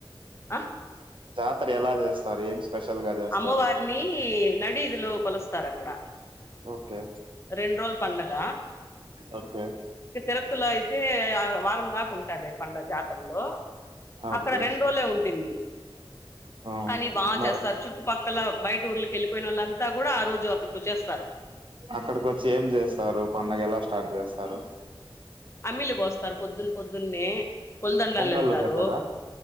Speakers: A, on the left; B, on the right.
A: ఆ
B: జా జాతర ఎలా చేస్తారు ఏం స్పెషల్‌గా చేస్తారు?
A: అమ్మవారిని నడిదిలో కొలుస్తారు అక్కడ
B: ఓకే
A: రెండు రోజులు పండగ
B: ఓకే.
A: ఇంక తిరపతిలో అయితే వారం దాకా ఉంటది పండగ లో
B: ఓకే.
A: అక్కడ రెండు రోజులే ఉంటుంది
B: ఆ!
A: కానీ బాగా
B: మరి
A: చేస్తారు చుట్టుపక్కల బయట ఊర్లకి వెళ్ళిపోయిన వాళ్ళ అంతా అంతా కూడా ఆ రోజు అక్కడికి వచేస్తారు
B: అక్కడికి వచ్చి ఏం చేస్తారు పండగ ఎలా స్టార్ట్ చేస్తారు
A: అమ్మిలి పోస్తారు పొద్దున్న పొద్దునే పలదండాలు
B: పొంగల్లు
A: వెళ్తారు
B: పెట్టరా?